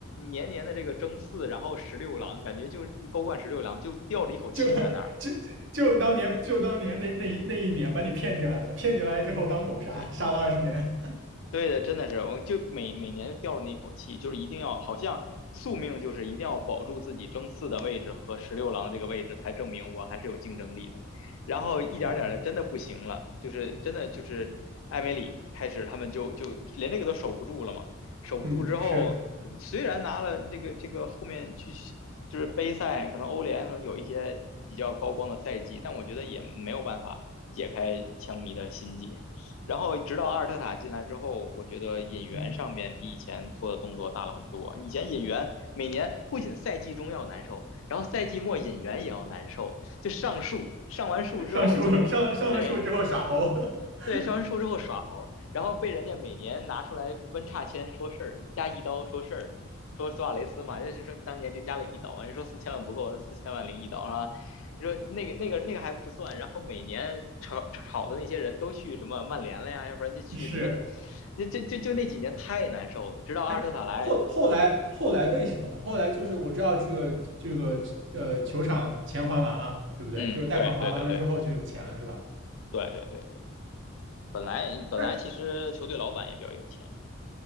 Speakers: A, on the left; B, on the right.
A: 年年的这个争四，然后十六郎，感觉就欧冠十六郎就吊着一口气在那儿，
B: 就就就就当年就当年那那一那一年把你骗进来了，骗进来之后当狗杀，
A: 嗯，对，
B: 杀了二十年。
A: 对的，真的是，我就每每年就吊着那一口气，就是一定要，好像宿命就是一定要保住自己争四的位置和十六郎这个位置，才证明我还是有竞争力的。然后一点点的，
B: <laughs> 是，
A: 真的不行了，就是真的就是艾梅里开始，他们就就连这个都守不住了嘛，守不住之后，
B: 嗯，是，
A: 嗯虽然拿了这个这个后面去就是杯赛，可能欧联可能有一些比较高光的赛季，但我觉得也没有办法解开枪迷的心结。然后直到阿尔特塔进来之后，我觉得引援上面比以前做的动作大了很多。
B: 嗯。
A: 以前引援每年不仅赛季中要难受，然后赛季末引援也要难受，就上树，上完树之后就对
B: 上树上上了树之后耍猴 <laughs>
A: 对，上完树之后耍猴，然后被人家每年拿出来温差签说事儿，加一刀说事儿，说索瓦雷斯嘛，就是说当年就加了一刀，人家说四千万不够，四千万零一刀是吧？说那个那个那个还不算，然后每年炒炒的那些人都去什么曼联了呀，要不然就去什么，
B: 是，
A: 就就就就那几年太难受了，直到阿尔特塔来，
B: 哎，后后来后来为什么？后来就是我知道这个这个呃球场钱还完了，对不对？
A: 嗯，
B: 就是贷款还完了之后就有钱了，
A: 对对对对
B: 是吧？
A: 对对对对，本来本来其实球队老板也比较有钱，
B: 但